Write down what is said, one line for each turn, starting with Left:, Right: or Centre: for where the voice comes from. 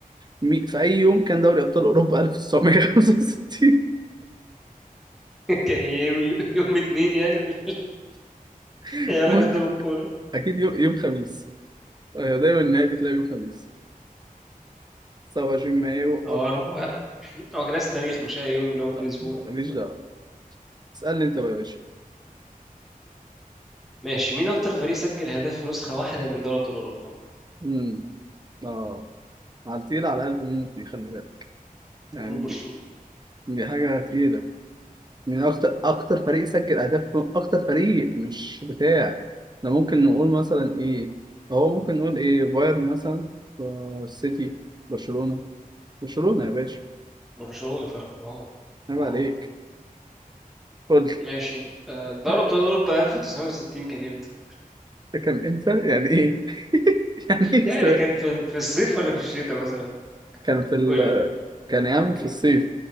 Right: مي... في اي يوم كان دوري ابطال اوروبا 1965
Centre: كان يوم يوم اتنين يعني ولا
Right: <laughs>
Centre: ايه علاقة
Right: ممكن
Centre: ده بالكورة؟
Right: اكيد يوم, يوم خميس آه، دايما النهائي بتلاقي يوم خميس 29 مايو
Centre: اه
Right: اب
Centre: روقان هو كان عايز تاريخ مش اي يوم اللي هو في
Right: لا،
Centre: الاسبوع
Right: ماليش
Centre: يعني. طيب
Right: دعوه اسالني انت بقى يا باشا
Centre: ماشي مين اكتر فريق سجل هدف في نسخة واحدة من دوري ابطال اوروبا؟
Right: امم اه على تقيل على قلب موت دي خلي بالك يعني
Centre: قولوا برشلونة
Right: دي حاجة تقيلة من أكتر أكتر فريق سجل أهداف أكتر فريق مش بتاع ده ممكن نقول مثلا إيه هو ممكن نقول إيه بايرن مثلا آه، السيتي برشلونة برشلونة يا باشا
Centre: برشلونة فعلا واو
Right: عيب
Centre: واو
Right: عليك قول لي.
Centre: ماشي آه، دوري
Right: ده
Centre: ابطال اوروبا 1960 كان امتى؟
Right: <laughs> كان إمتى يعني إيه <laughs> يعني إيه
Centre: يعني
Right: السؤال
Centre: كان في في الصيف ولا في الشتاء مثلا؟
Right: كان في ال...
Centre: قول لي بقى
Right: كان يعمل
Centre: كان
Right: في الصيف
Centre: في